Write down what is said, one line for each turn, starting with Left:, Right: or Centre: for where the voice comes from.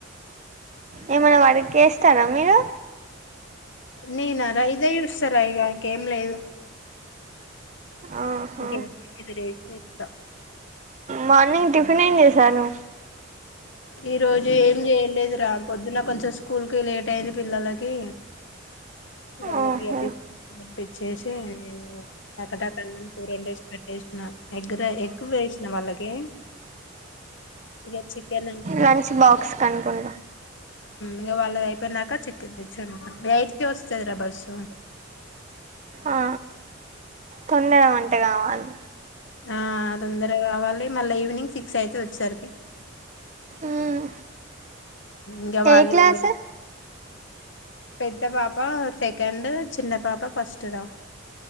Right: ఏమనా వర్క్ చేస్తారా మీరు
Left: నేనర ఇదే చూస్తారా ఇగ ఇంకేం లేదు.
Right: ఆహా
Left: ఇంకేం ఇది రేషన్ ఇస్తా
Right: మార్నింగ్ టిఫిన్ ఏం చేశారు
Left: ఈ రోజు ఏం చేయలేదు రా పొద్దున కొంచెం స్కూల్కి లేట్ అయింది పిల్లలకి వాళ్ళకి
Right: ఓహో
Left: బిస్కెట్స్ కొనిపించేసి నేను టక టక అన్నం కూర వండేస్ పెట్టేసిన ఎగ్ర ఎగ్గు వేసిన వాళ్ళకి ఇగ చికెన్
Right: లంచ్ బాక్స్ కనుకుంటా
Left: ఇగా వాళ్ళది అయి పోయినాక చిక్కిన్ తెచ్చి వండినం ఎయిట్ కే వస్తదిరా బస్సు
Right: ఆ తొందర వంట కావాలి
Left: ఆ తొందర కావాలి మళ్ళా ఈవినింగ్ సిక్స్ అయితది వచ్చేసరికి
Right: మ్మ్
Left: ఇంకా వాళ్ళు
Right: ఏ క్లాస్
Left: పెద్ద పాప సెకండ్ చిన్న పాప ఫస్ట్ రా